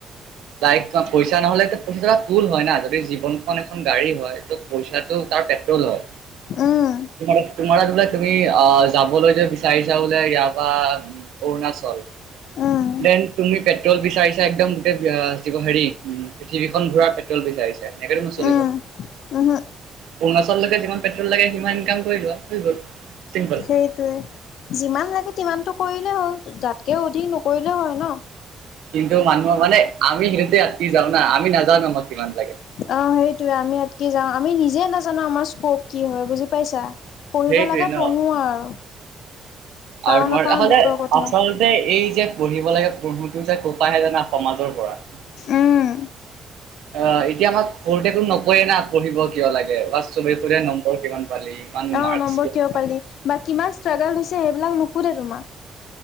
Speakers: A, on the right (about 85°); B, on the left (about 75°).
A: লাইক তোমাৰ পইচা নহলেতো পইচা কোল হয় না যদি জীৱনখন এখন গাড়ী হয় ত পইচাটো। তাৰ প্ৰেট্ৰল হয়,
B: উম,
A: তোমালোক তোমাৰ মানে তুমি অ' যাবলৈ যে বিচাৰিছা বোলে ইয়াৰ পৰা অৰুণাচল।
B: উম,
A: তেন তুমি পেট্ৰ'ল বিচাৰিছা একদম গোটেই। অহ জীৱ হেৰি উম পৃথিৱীখন ঘূৰা পেট্ৰল বিচাৰিছে হৈছে সেনেকেতো নচলি।
B: উম, উহো,
A: অৰুণাচললৈকে যিমান পেট্ৰল লাগে সিমান ইনকাম কৰি লোৱা হৈ গল। চিম্পল।
B: সেইটোৱে যিমান লাগে টিমানতটো কৰিলেই হ'ল। তাতকে অধিক নকৰিলে হয় ন।
A: কিন্তু মানুহৰ মানে আমি সেইতে অতকি যাও না আমি নাযাও আমাক কিমান লাগে।
B: অহ সেইটোয়ে আমি ইয়াত কি যাওঁ আমি নিজে নাজানো আমাৰ স্কোপ কি হয় বুজি পাইছা। পঢ়িব
A: সেইটোৱে
B: লাগে
A: ন
B: পঢ়ো আৰু। পাওঁ
A: আৰু তোমাৰ
B: নাপাওঁ দূৰৰ কথা।
A: আচলতে এই যে পঢ়িব লাগে। বহুতো যে কৰ পা আহে জানা সমাজৰ পৰা অহ
B: উম,
A: এতিয়া আমাক সৰুতেতো নকয় না পঢ়িব কিয় লাগে। বা চবে হুধে নম্বৰ কিমান পালে ইমান
B: অ'
A: মাৰ্ক
B: নম্বৰ
A: কিমান
B: কিয়
A: পালি?
B: বা কিমান ষ্ট্ৰাগল হৈছে সেইবিলাক নুখোধে তোমাক।